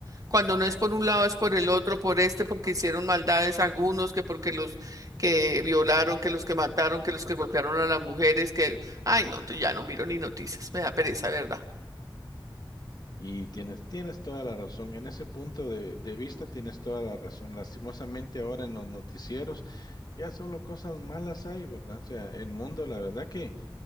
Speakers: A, on the right (about 40°); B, on the left (about 50°).
A: Cuando no es por un lado es por el otro, por este, porque hicieron maldades algunos, que porque los que violaron, que los que mataron, que los que golpearon a las mujeres, que, ay, no, entonces ya no miro ni noticias, me da pereza, ¿verdad?
B: Y tienes, tienes toda la razón. En ese punto de, de vista tienes toda la razón. Lastimosamente ahora en los noticieros ya solo cosas malas hay, ¿verdad? O sea, el mundo, la verdad que